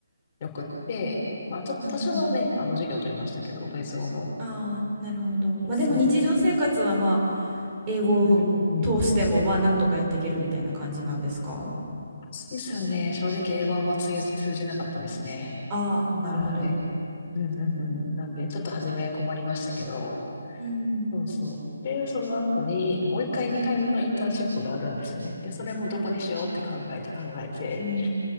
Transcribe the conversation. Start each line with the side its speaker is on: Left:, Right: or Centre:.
Left: よくって、まあ、ちょっと多少はね、
Right: うん、うん。
Left: あの、授業を取りましたけど、ドイツ語の。
Right: ああ、なるほど。
Left: そうそ
Right: まあでも日常生活はまあ、英語を
Left: う。うん。
Right: 通してもまあ、なんとかやっていけるみたいな感じなんですか
Left: スイスはね、正直英語はあんま通じ通じなかったですね。
Right: ああー、
Left: はい。
Right: なるほど。
Left: うんうんうん。なんで、ちょっと初め困りましたけど、
Right: うん。
Left: そうそう。で、その後に、もう一回二回目のインターンシップがあるんですよね。で、それもどこにしようって考えて考えて、
Right: うん。